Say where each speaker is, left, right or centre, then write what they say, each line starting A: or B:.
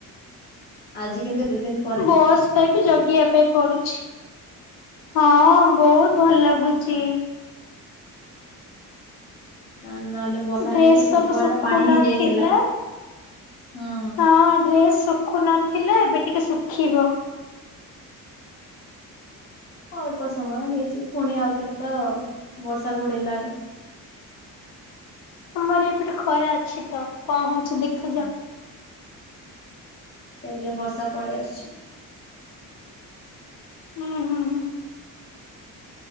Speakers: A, on the left; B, on the left.
A: ଆଜି କିନ୍ତୁ ଏତେ ଦିନି
B: ବସ୍ ପାଇଁକି ଜଗିବା ପାଇଁ ପଡ଼ୁଚି ହଁ ବହୁତ୍ ଭଲ ଲାଗୁଚି।
A: କାଣ ନହେଲେ ବର୍ଷା
B: ଡ୍ରେସ୍
A: ହେଇକି ସବୁଆଡେ
B: ସବୁ ଶୁଖୁ
A: ପାଣି ହେଇ
B: ନଥିଲା।
A: ଯାଇଥିଲା ହଁ।
B: ହଁ ଡ୍ରେସ ଶୁଖୁ ନଥିଲା ଏବେ ଟିକେ ଶୁଖିବ।
A: ଅଳ୍ପ ସମୟ ହେଇଛି। ପୁଣି ଆଉଥରେ ତ ବର୍ଷା ଘୋଡେଇଲାଣି।
B: ଆମର ଏଇପଟେ ଖରା ଅଛି ତ। କଣ ହଉଛି ଦେଖାଯାଉ।
A: ସେଇଲେ ବର୍ଷା ପଳେଇ ଆସୁଛି।
B: ଉଁ ହୁଁ ହୁଁ।